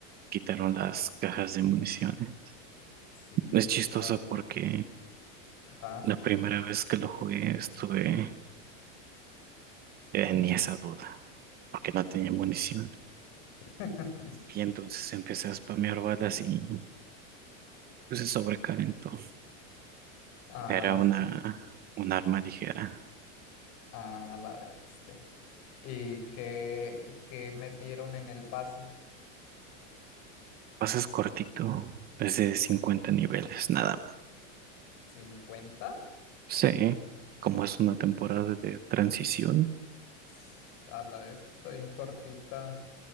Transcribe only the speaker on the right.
quitaron las cajas de municiones.
Es
chistoso
porque
la primera vez que lo jugué estuve en esa duda, porque no tenía munición.
Y entonces empecé a spamear balas y pues, se sobrecalentó.
Era una,
un arma ligera.
Pasas cortito, es de 50 niveles, nada
Sí, como es una temporada de transición,